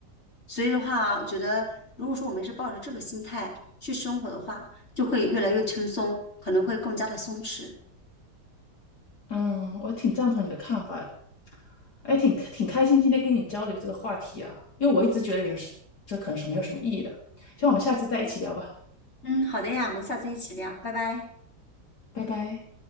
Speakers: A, on the left; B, on the left.
A: 所以的话，我觉得如果说我们是抱着这个心态去生活的话，就会越来越轻松，可能会更加的松弛。
B: 嗯，我挺赞同你的看法。哎，挺挺开心今天跟你交流这个话题啊，因为我一直觉得人生这可能是没有什么意义的。希望我们下次再一起聊吧，
A: 嗯，好的呀，我们下次一起聊，拜拜。
B: 拜拜。